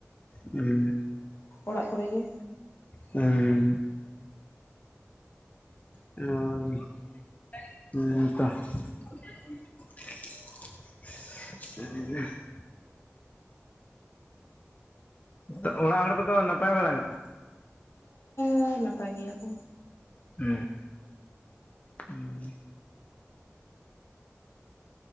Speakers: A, on the left; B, on the left.
A: ᱦᱩᱸ᱾
B: ᱚᱲᱟᱜ ᱠᱚᱨᱮ ᱜᱮ᱾
A: ᱦᱮᱸ᱾ ᱚ ᱦᱮᱸ ᱛᱚ᱾ ᱩᱸ᱾ ᱟᱫᱚ ᱚᱲᱟᱜ ᱦᱚᱲ ᱠᱚᱫᱚ ᱱᱟᱯᱟᱭ ᱵᱟᱲᱟ ᱜᱮᱛᱚ?
B: ᱦᱮᱸ ᱱᱟᱯᱟᱭ ᱜᱮᱭᱟ ᱠᱚ᱾
A: ᱦᱩᱸ᱾ <inaudible>